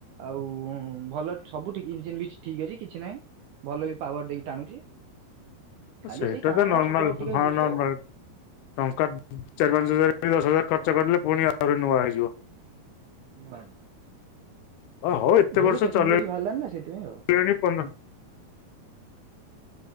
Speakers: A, on the right; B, on the left.
A: ଆଉ ଭଲ ସବୁଠିକ ଇଞ୍ଜିନ୍ ବି ଠିକ ଅଛି କିଛି ନାଇଁ। ଭଲ ବି ପାୱାର ଦେଇକି ଟାଣୁଛି। ଖାଲି
B: ସେଇଟା
A: ସେଇ କାଁ
B: ତ
A: ଭାଁ
B: ନର୍ମାଲ
A: ଛୋଟ ମୋଟ ଟିକେ
B: ହଁ
A: ହଉଛି
B: ନର୍ମାଲ
A: ଆଉ।
B: ଟଙ୍କା ଚାରି ପାଞ୍ଚ ହଜାର ଦଶ ହଜାର ଖର୍ଚ୍ଚ କରିଲେ ପୁଣି ଆହୁରି ନୂଆ ହେଇଯିବ।
A: ନାଇଁ।
B: ଓ ହଉ ଏତେ
A: ବହୁତ
B: ବର୍ଷ
A: ଟେକ୍ନୋଲୋଜି
B: ଚଲେଇଣି
A: ବାହାରିଲାଣି ନା ସେଇଥିପାଇଁ ଆଉ।
B: ପନ୍ଦର